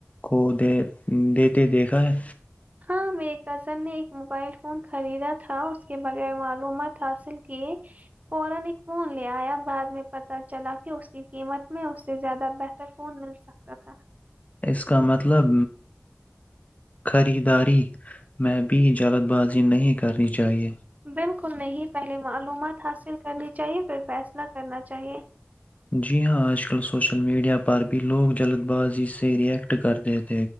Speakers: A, on the left (about 35°); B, on the right (about 35°).
A: کو د دیتے دیکھا ہے
B: ہاں میں قسم نے ایک موبائل فون خریدا تھا اس کے بغیر معلومات حاصل کیے اور علی کون لے ایا بعد میں پتہ چلا کہ اس کی قیمت میں اس سے زیادہ بہتر فون مل سکتا تھا
A: اس کا مطلب خریداری میں بھی جلد بازی نہیں کرنی چاہیے
B: بالکل نہیں پہلے معلومات حاصل کرنی چاہیے پھر فیصلہ کرنا چاہیے
A: جی ہاں آج کل سوشل میڈیا پر بھی لوگ جلد بازی سے ریئیکٹ کرتے تھے